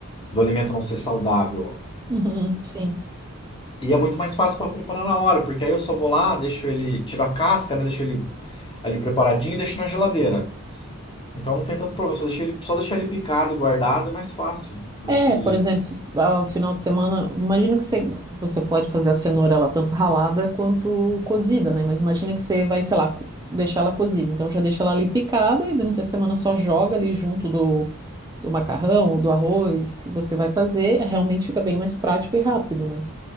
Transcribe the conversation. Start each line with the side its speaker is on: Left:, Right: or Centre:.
Left: do alimento não ser saudável.
Right: uhum, sim.
Left: E é muito mais fácil para preparar na hora, porque aí eu só vou lá, deixo ele, tiro a casca, né? Deixo ele ali preparadinho e deixo na geladeira. Então não tem tanto problema, só deixar ele, só deixar ele picado e guardado é mais fácil do
Right: É,
Left: que
Right: por exemplo, ao final de semana, imagina que você, você pode fazer a cenoura ela tanto ralada quanto cozida, né? Mas imagina que você vai, sei lá, co- deixar ela cozida. Então já deixa ela ali picada e durante a semana só joga ali junto do, do macarrão ou do arroz que você vai fazer. É, Realmente fica bem mais prático e rápido, né?